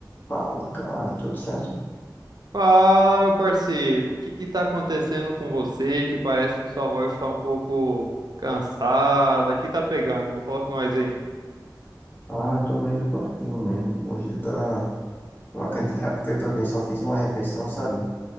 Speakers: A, on the left (about 25°); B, on the right (about 65°).
A: Fala, cara, tudo certo?
B: Fala, meu parceiro, o que que tá acontecendo com você? Que parece que sua voz tá um pouco cansada. O que tá pegando? mano? Fala com nós aí.
A: Cara, tô meio fraquinho mesmo. Hoje tá. Eu acredito... É porque eu também só fiz uma refeição, sabe?